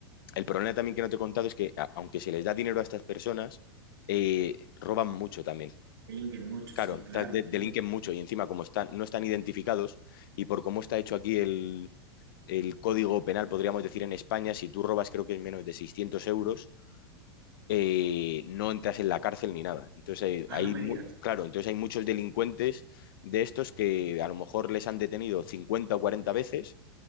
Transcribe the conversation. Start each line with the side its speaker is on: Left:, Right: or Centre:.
Left: el problema también que no te he contado es que, a, aunque se les da dinero a estas personas, eh, roban mucho también.
Right: Delinquen mucho,
Left: Claro,
Right: sí, claro,
Left: ta- de-
Right: seguro.
Left: delinquen mucho y encima como están, no están identificados y por cómo está hecho aquí el, el código penal, podríamos decir en España, si tú robas creo que es menos de 600 euros, eh, no entras en la cárcel ni nada. Entonces eh,
Right: Ah,
Left: hay,
Right: no me
Left: mu-
Right: digas.
Left: claro, entonces hay muchos delincuentes de estos que a lo mejor les han detenido 50 o 40 veces,